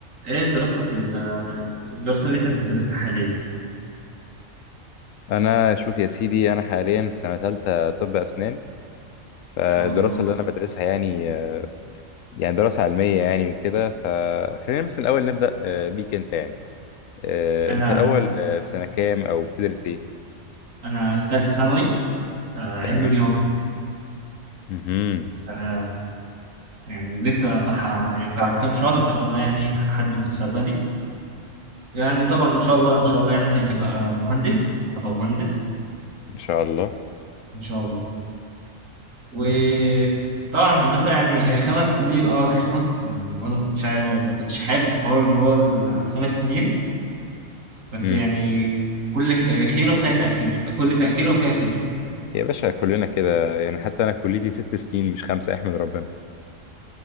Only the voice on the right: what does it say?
ايه دراستك ال- الدراسة اللي انت بتدرسها حاليا ان
شاء الله
انا
انا في ثالثة ثانوي آه، علمي
رياضة
آه، يعني لسه بح... بعد كام شهر ان شاء الله يعني هحدد مستقبلي يعني طبعا ان شاء الله ان شاء الله يعني هتبقى مهندس هبقى مهندس
ان شاء الله وطبعا الهندسة يعني هي خمس سنين اه رخمة يعني وانا ما كنتش عا- ما كنتش حابب حوار اللي هو الخمس سنين بس
يعني كل خ- خيرة فيها تأخير كل تأخيرة فيها خير